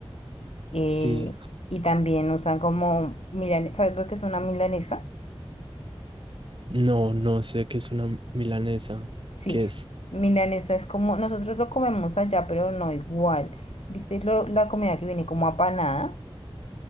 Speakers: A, on the left (about 80°); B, on the right (about 55°).
A: Eh,
B: Sí,
A: y también usan como milanesa. ¿Sabes lo que es una milanesa?
B: no, no sé qué es una milanesa,
A: Sí,
B: qué es.
A: milanesa es como, nosotros lo comemos allá, pero no igual. ¿Viste lo- la comida que viene como apanada?